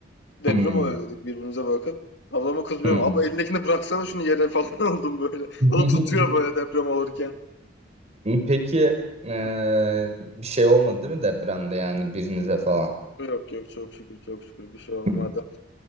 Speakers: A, on the left; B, on the right.
A: Deprem
B: Hmm.
A: oluyor dedik birbirimize bakıp. Ablama kızıyorum.
B: Hmm.
A: Abla elindekini bıraksana şunu yere <laughs> falan oldum böyle.
B: <laughs>
A: O da tutuyor böyle deprem olurken.
B: Peki eee,
A: <laughs>
B: bir şey olmadı değil mi depremde yani birinize falan?
A: Yok yok çok şükür çok şükür bir şey olmadı.
B: Hı.